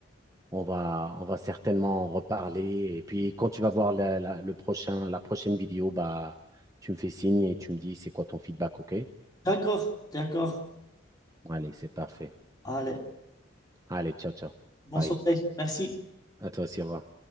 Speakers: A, on the right; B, on the left.
A: on va, on va certainement en reparler. Et puis quand tu vas voir la, la- le prochain, la prochaine vidéo, bah, tu me fais signe et tu me dis c'est quoi ton feedback, OK?
B: D'accord, d'accord.
A: Allez, c'est parfait.
B: Allez,
A: Allez, ciao, ciao.
B: bonne
A: Bye.
B: soirée. Merci.
A: À toi aussi, au revoir.